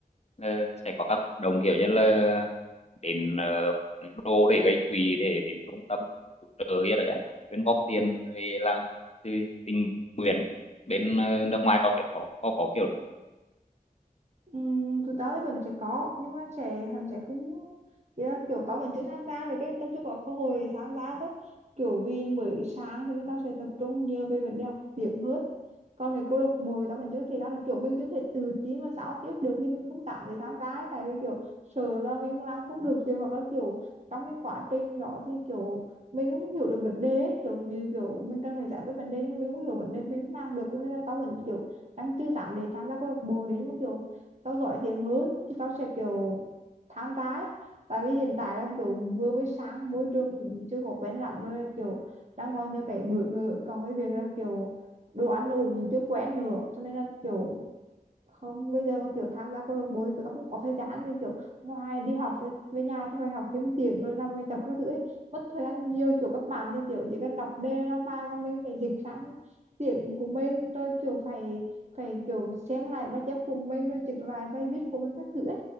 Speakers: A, on the left; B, on the right.
A: Ờ, sẽ có các hoạt động kiểu như là đến ờ, đô để gây quỹ để đến trung tâm cứu trợ ấy là chẳng hạn quyên góp tiền để làm từ tình nguyện bên ờ, nước ngoài có kiểu có, có, có kiểu được
B: Ừm, tụi tao thì vẫn sẽ có nhưng mà sẽ hắn sẽ không ý là kiểu tao vẫn chưa tham gia được cái tao chưa có cơ hội tham gia thôi kiểu vì mới sáng cho nên tao sẽ tập trung nhiều về vấn đề học tiếng hơn còn mấy câu lạc bộ thì tao vẫn chưa thể ra được kiểu mình chưa thể tự tin và giao tiếp được thì mình không dám để tham gia ấy. tại vì kiểu sợ là mình không làm không được việc hoặc là kiểu trong cái quá trình đó thì kiểu mình cũng hiểu được vấn đề ấy. kiểu như kiểu mình cần phải giải quyết vấn đề nhưng mà mình không hiểu vấn đề mình không làm được cho nên là tao vẫn kiểu đang chưa dám để tham gia câu lạc bộ nếu như mà kiểu tao giỏi tiếng hơn thì tao sẽ kiểu tham gia ấy. tại vì hiện tại là kiểu vừa mới sáng môi trường cũng chưa có quen lắm rồi kiểu đang còn nhiều cái bỡ ngỡ còn với việc là kiểu đồ ăn đồ cũng chưa quen nữa cho nên là kiểu không bây giờ mà kiểu tham gia câu lạc bộ thì kiểu tao không có thời gian vì kiểu ngoài đi học với, với nhà tao phải học thêm tiếng rồi làm bài tập các thứ ấy mất thời gian nhiều kiểu các bạn thì kiểu chỉ cần đọc đề làm bài và mình phải dịch sang tiếng của mình rồi kiểu phải phải kiểu xem lại bài chép của mình rồi dịch lại bài viết của mình các thứ ấy